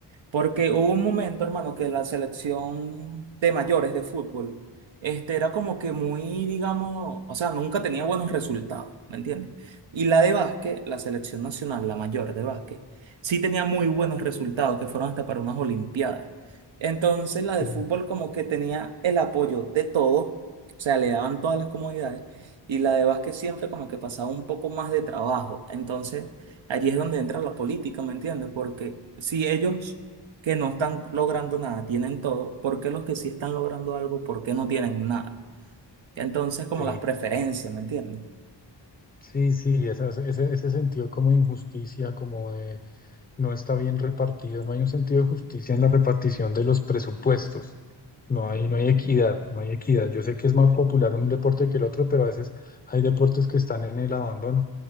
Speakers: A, on the right (about 80°); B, on the left (about 20°).
A: Porque hubo un momento, hermano, que la selección de mayores de fútbol, este, era como que muy, digamos, o sea, nunca tenía buenos resultados, ¿me entiendes? Y la de básquet, la selección nacional, la mayor de básquet, sí tenía muy buenos resultados, que fueron hasta para unas olimpiadas. Entonces, la de
B: Sí,
A: fútbol como que tenía el apoyo de todos, o sea, le daban todas las comodidades, y la de básquet siempre como que pasaba un poco más de trabajo. Entonces, allí es donde entra la política, ¿me entiendes? Porque si ellos que no están logrando nada, tienen todo, ¿por qué los que sí están logrando algo, por qué no tienen nada? Entonces, como
B: sí,
A: las preferencias, ¿me entiendes?
B: sí, sí, esa- ese, ese sentido como de injusticia, como de no está bien repartido, no hay un sentido de justicia en la repartición de los presupuestos, no hay, no hay equidad, no hay equidad. Yo sé que es más popular un deporte que el otro, pero a veces hay deportes que están en el abandono.